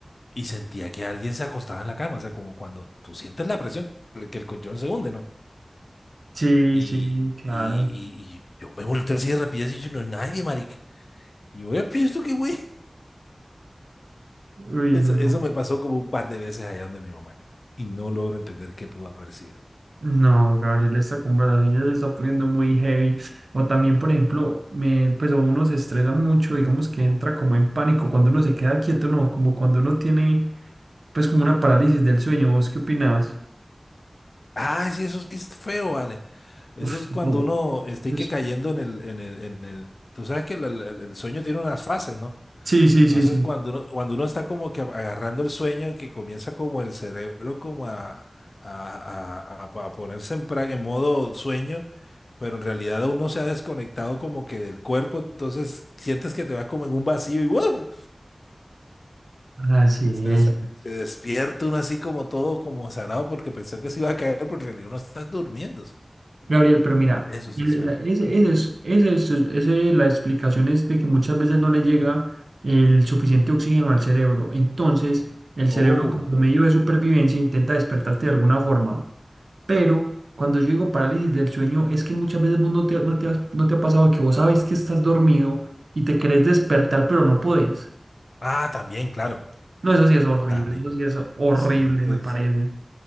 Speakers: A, on the left; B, on the right.
A: y sentía que alguien se acostaba en la cama, o sea, como cuando tú sientes la presión, que el colchón se hunde, ¿no?
B: sí,
A: Y,
B: sí, claro.
A: y, y, y yo me volteé así de rapidez y yo, no hay nadie, marica. Y yo, "Epi, ¿esto qué güey? <laughs>
B: Uy,
A: Eso,
B: no.
A: eso me pasó como un par de veces allá donde mi mamá, y no logro entender qué pudo haber sido.
B: No, Gabriel, esta conversación ya se está poniendo muy heavy. O también, por ejemplo, me, pues a uno se estresa mucho, digamos que entra como en pánico cuando uno se queda quieto, no, como cuando uno tiene, pues como una parálisis del sueño. ¿Vos qué opinás?
A: Ah, sí, eso sí es feo, vale. Eso
B: Uf,
A: es cuando
B: no,
A: uno está
B: pues,
A: y que cayendo en el, en el, en el, tú sabes que el, el- el sueño tiene unas fases, ¿no?
B: sí, sí,
A: Entonces,
B: sí, sí.
A: cuando uno, cuando uno está como que agarrando el sueño, que comienza como el cerebro como a, a, a- a- a ponerse en, pra- en modo sueño, pero en realidad uno se ha desconectado como que del cuerpo, entonces sientes que te vas como en un vacío y ¡guau!
B: Así
A: Se, des-
B: es.
A: se despierta uno así como todo como zarado porque pensó que se iba a caer, pero en realidad uno está durmiendo.
B: Gabriel, pero mira,
A: Eso sí es feo.
B: ese, ese es, ese es- ese- la explicación es de que muchas veces no le llega el suficiente oxígeno al cerebro. Entonces, el
A: Oh,
B: cerebro como medio de supervivencia intenta despertarte de alguna forma. Pero cuando yo digo parálisis del sueño, es que muchas veces vos no te, no te has- no te ha pasado que vos sabes que estás dormido y te querés despertar, pero no podés.
A: ah, también, claro,
B: No, eso sí es horrible,
A: también.
B: eso sí es horrible,
A: Sí, es.
B: me parece.